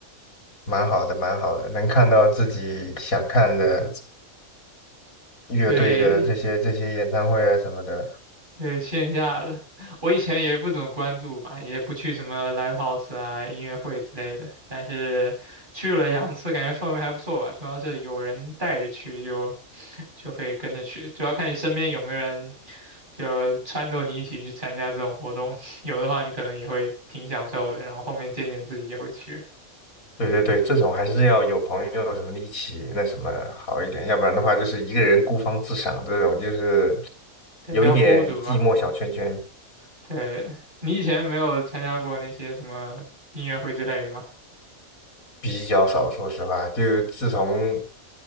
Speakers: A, on the left; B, on the right.
A: 蛮好的，蛮好的，能看到自己想看的乐队的这些这些演唱会啊什么的。
B: 对对，线下的我以前也不怎么关注吧，也不去什么 live house 啊、音乐会之类的，但是去了两次，感觉氛围还不错吧，主要是有人带着去就就会跟着去，主要看你身边有没有人就撺掇你一起去参加这种活动，<laughs> 有的话你可能也会挺享受的，然后后面渐渐自己也会去，
A: 对对对，这种还是要有朋友什么的一起那什么好一点，要不然的话就是一个人孤芳自赏，这种就是
B: 对，
A: 有一点寂寞小圈圈。
B: 比较孤独吧。对，你以前没有参加过那些什么音乐会之类的吗？
A: 比较少，说实话，就自从